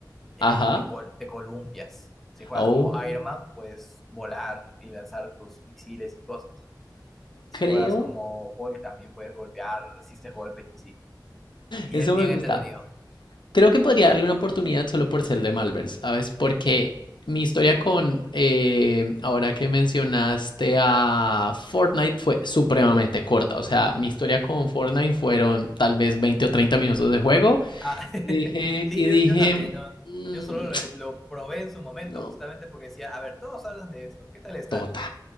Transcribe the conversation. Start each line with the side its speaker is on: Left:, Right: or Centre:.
Centre: eh,
Left: Ajá.
Centre: te, col- te columpias. Si juegas
Left: Oh,
Centre: como Iron Man, puedes volar y lanzar tus misiles y cosas. Si
Left: creo.
Centre: juegas como Hulk, también puedes golpear, resistes golpes y así. Y
Left: Eso
Centre: es bien
Left: me gusta.
Centre: entretenido.
Left: Creo que podría darle una oportunidad solo por ser de Malvers, ¿sabes? Porque mi historia con, eh, ahora que mencionaste a Fortnite, fue supremamente corta. O sea, mi historia con Fortnite fueron tal vez 20 o 30 minutos de juego.
Centre: Ah, <laughs>
Left: Y dije,
Centre: sí,
Left: y
Centre: yo,
Left: dije,
Centre: yo también, ¿no?
Left: "Mm,
Centre: Yo solo lo, lo probé en su momento
Left: no,
Centre: justamente porque decía, a ver, todos hablan de esto, ¿qué tal está?
Left: total.